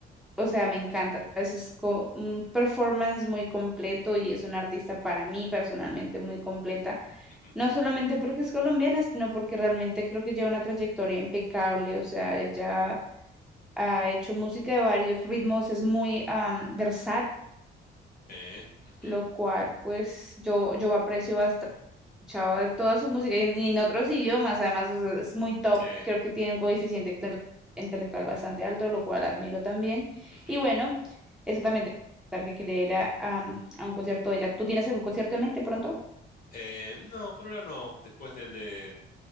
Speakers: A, in the centre; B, on the left.
A: o sea, me encanta. ¿sabes? Es co- un performance muy completo y es una artista para mí personalmente muy completa.
B: Ujú.
A: No solamente porque es colombiana, sino porque realmente creo que lleva una trayectoria impecable, o sea, ella ha hecho música de varios ritmos, es muy am, versátil,
B: Eh, ujú.
A: lo cual pues yo, yo aprecio bastante escuchaba toda su música y en, y en otros idiomas, además o sea, es muy top,
B: Sí,
A: creo que tiene un coeficiente intel- intelectual bastante alto, lo cual admiro también.
B: ujú.
A: Y bueno, eso también te quería contar que quería ir a, am, a un concierto de ella. ¿Tú tienes algún concierto en mente pronto?
B: Eh, no, por ahora no. Después del de